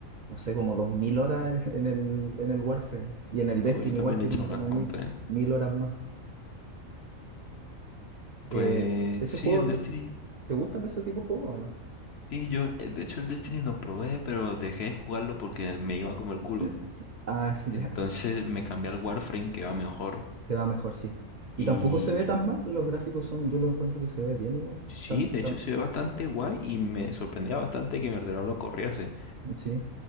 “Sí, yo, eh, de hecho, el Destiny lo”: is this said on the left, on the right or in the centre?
Left